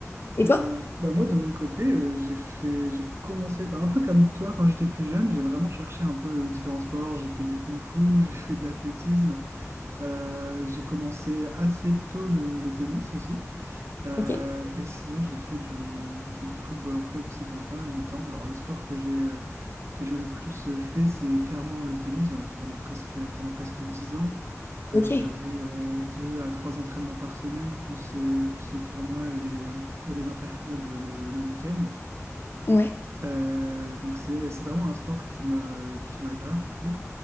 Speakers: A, on the left; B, on the right.
A: Et
B: Euh,
A: toi?
B: bah moi, de mon côté, euh, j'ai fait, j'ai commencé bah, un peu comme toi quand j'étais plus jeune. J'ai vraiment cherché un peu euh, différents sports. J'ai fait du kung-fu, <laughs> j'ai fait de l'athlétisme. Euh, j'ai commencé assez tôt le, le tennis aussi. Euh,
A: Ok,
B: et sinon, j'ai fait du, j'ai fait du football en club aussi pendant pas mal de temps. Alors, le sport que j'ai euh, que j'ai le plus euh, fait, c'est clairement le tennis. J'en ai fait pendant presque, pendant presque 10 ans.
A: ok,
B: Euh, j'avais euh, deux à trois entraînements par semaine, plus, euh, plus les tournois et les, et les interclubs euh, le, le week-end.
A: ouais.
B: Euh, donc, c'est, c'est vraiment un sport qui m'a, qui m'a grave plu.